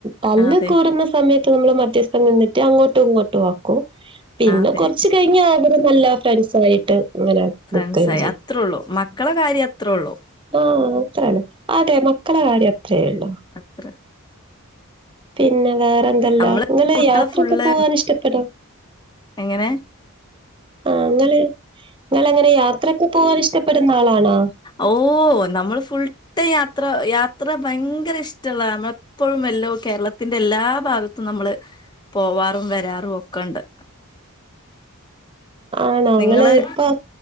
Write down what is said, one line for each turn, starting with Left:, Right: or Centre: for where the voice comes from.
Right: തല്ല്
Left: ആ, അതെ
Right: കൂടുന്ന സമയത്ത് നമ്മള് മധ്യസ്ഥം നിന്നിട്ട് അങ്ങോട്ടും ഇങ്ങോട്ടും ആക്കും പിന്നെ
Left: ആ, അതെ
Right: കൊറച്ച് കയിഞ്ഞ അവര് നല്ല ഫ്രണ്ട്സ് ആയിട്ട് ഇങ്ങനെ
Left: ഫ്രണ്ട്സായി
Right: നിക്കേം ചെയ്യു
Left: അത്രൊള്ളൂ മക്കളെ കാര്യം അത്രൊള്ളൂ.
Right: ആഹ് അത്രന്നെ അതെ മക്കളെ കാര്യം അത്രേ ഇള്ളൂ
Left: അത്ര
Right: പിന്നെ വേറെ എന്തല്ലാ
Left: നമ്മള്
Right: ഇങ്ങള്
Left: കുട്ടികളെ
Right: യാത്രൊക്കെ
Left: ഫുള്ള്
Right: പോവാൻ ഇഷ്ടപ്പെടൊ
Left: എങ്ങനെ
Right: ആ ങ്ങള് ങ്ങള് അങ്ങനെ യാത്രക്കെ പോവാൻ ഇഷ്ടപ്പെടുന്ന ആളാണോ
Left: ഓ നമ്മൾ ഫുൾട്ടൈ യാത്ര യാത്ര ഭങ്കര ഇഷ്ടള്ള നമ്മ എപ്പോഴും വല്ലോ കേരളത്തിന്റെ എല്ലാ ഭാഗത്തും നമ്മള് പോവാറും വെരാറും ഒക്കെണ്ട്
Right: ആണോ
Left: നിങ്ങള്
Right: ങ്ങള് ഇപ്പൊ